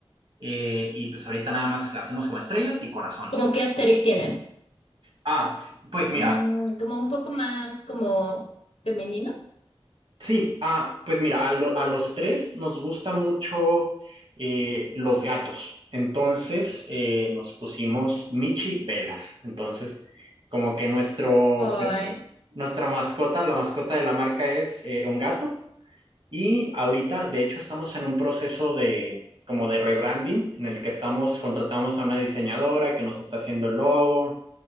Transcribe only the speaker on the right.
Eh, y pues ahorita nada más hacemos como estrellas y corazones.
Ah, Pues mira,
sí, ah, pues mira, a, lo- a los tres nos gusta mucho eh, los gatos. Entonces eh, nos pusimos Michi Velas. Entonces, como que nuestro,
nuestra mascota, la mascota de la marca es eh, un gato. Y ahorita, de hecho, estamos en un proceso de como de rebranding en el que estamos, contratamos a una diseñadora que nos está haciendo el logo,